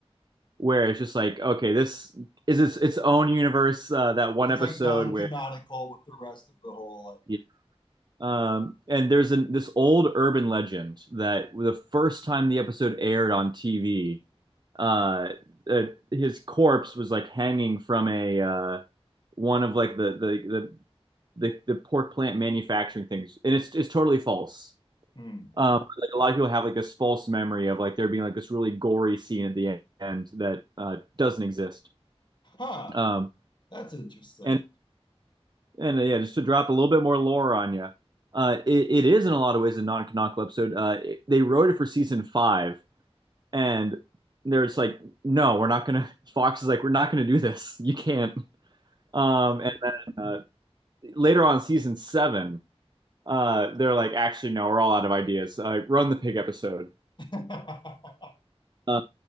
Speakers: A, on the right; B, on the left.
A: where it's just like, okay, this is its, its own universe. Uh, that one
B: it's
A: episode
B: like non-canonical
A: where,
B: with the rest of the whole like.
A: yeah. um, and there's an, this old urban legend that the first time the episode aired on TV, uh, uh, his corpse was like hanging from a uh, one of like the the the the, the pork plant manufacturing things, and it's it's totally false.
B: Hmm.
A: Um, like a lot of people have like this false memory of like there being like this really gory scene at the end that uh, doesn't exist.
B: Huh.
A: Um,
B: That's interesting.
A: and and uh, yeah, just to drop a little bit more lore on you, uh, it, it is in a lot of ways a non-canonical episode. Uh, it- they wrote it for season five, and they're just like, no, we're not gonna. <laughs> Fox is like, we're not gonna do this. You can't. Um, and then uh, later on, season seven, uh, they're like, actually, no, we're all out of ideas. Uh, run the pig episode.
B: <laughs>
A: Um,